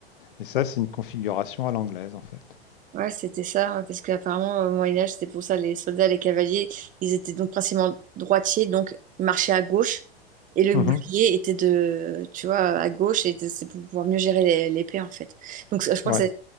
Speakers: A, on the left; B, on the right.
A: Et ça, c'est une configuration à l'anglaise, en fait.
B: Ouais, c'était ça, hein, parce qu'apparemment, au Moyen-Âge, c'était pour ça, les soldats, les cavaliers, ils étaient donc principalement droitiers, donc ils marchaient à gauche, et le
A: Mhm.
B: bouclier était de, tu vois, à gauche, et c'est pour pouvoir mieux gérer les- l'épée, en fait. Donc je crois
A: Ouais,
B: que ça,